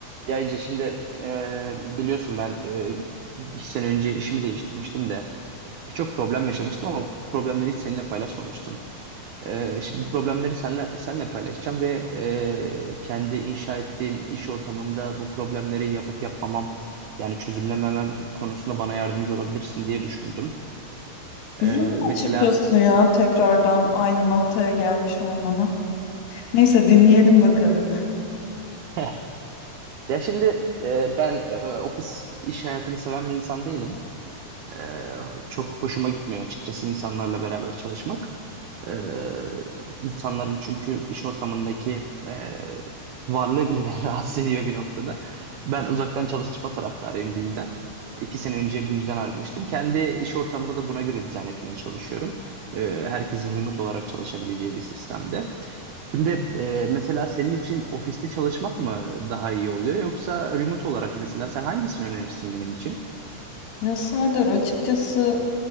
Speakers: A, on the right; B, on the left.
A: Ya Ece şimdi e, biliyorsun ben e, iki sene önce işimi değiştirmiştim de birçok problem yaşamıştım ama bu problemleri hiç seninle paylaşmamıştım. E, şimdi bu problemleri seninle, seninle paylaşacağım ve e, kendi inşa ettiğim iş ortamında bu problemleri yapıp yapmamam yani çözümlememem konusunda bana yardımcı olabilirsin diye düşündüm.
B: Üzüldüm
A: E, mesela
B: açıkçası ya tekrardan aynı noktaya gelmiş olmana. Neyse dinleyelim bakalım.
A: <laughs> ya şimdi e, ben e, ofis iş hayatını seven bir insan değilim. Ee, çok hoşuma gitmiyor açıkçası insanlarla beraber çalışmak. Ee, insanların çünkü iş ortamındaki e, varlığı bile beni <laughs> rahatsız ediyor bir noktada. Ben uzaktan çalışma taraftarıyım bu yüzden. İki sene önce bu yüzden ayrılmıştım. Kendi iş ortamımı da buna göre dizayn etmeye çalışıyorum. Ee, herkesin remote olarak çalışabileceği bir sistemde. Şimdi e, mesela senin için ofiste çalışmak mı daha iyi oluyor yoksa remote olarak mesela sen hangisini önerirsin benim için?
B: Ya Serdar açıkçası